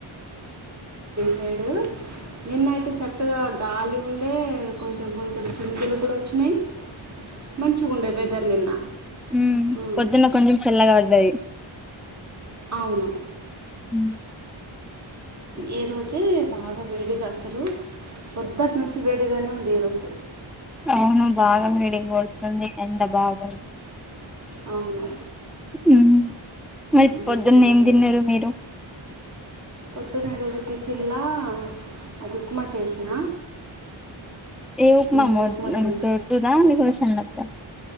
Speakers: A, on the right; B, in the centre.
A: సైడు నిన్నయితే చక్క ఇక్కగా గాలి ఉండే కొంచెం కొంచెం చినుకులు కూడా వచ్చినాయి మంచి ఉండే వెదర్ నిన్న
B: ఉ
A: ఉమ్,
B: పొద్దున్న కొంచం చల్లగా పడిది
A: అవును
B: హ
A: ఈ రోజే బాగా వేడిగా అసలు పొద్దుటి నుంచి వేడిగానే ఉంది ఈ రోజు
B: అవును బాగా వేడీ కొడుతుంది ఎండ బాగుంది
A: అవును
B: ఉ మరి
A: ఉమ్,
B: పొద్దున్న ఏం
A: అదే
B: తిన్నారు మీరు
A: పోదున్న ఈ రోజు టిఫిన్లా అది ఉప్మా చేసిన
B: ఏం ఉప్మా
A: ఉమ్, తిన్నా
B: దొడ్డుదా లేకపోతే సన్నందా